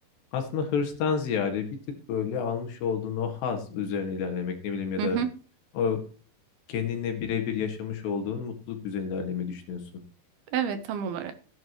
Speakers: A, on the left; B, on the right.
A: Aslında hırstan ziyade bir tık böyle almış olduğun o haz üzerine ilerlemek ne bileyim ya
B: Hı
A: da
B: hı.
A: o kendinle birebir yaşamış olduğun mutluluk üzerine ilerlemeyi düşünüyorsun.
B: Evet, tam olarak.